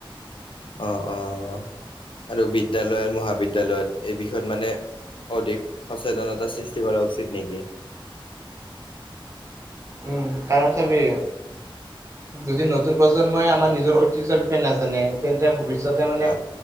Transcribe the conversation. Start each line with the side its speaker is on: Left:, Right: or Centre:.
Left: অ', অ' আৰু বিদ্যালয় আৰু মহাবিদ্যালয়ত এই বিষয়ত মানে অধিক সচেতনতাৰ সৃষ্টি কৰা উচিত নেকি?
Right: উম, কাৰণ চাবি যদি নতুন প্ৰজন্মই আমাৰ নিজৰ ঐতিহ্যৰ বিষয়ে নাজানে তেন্তে ভৱিষ্যত তে মানে
Left: অ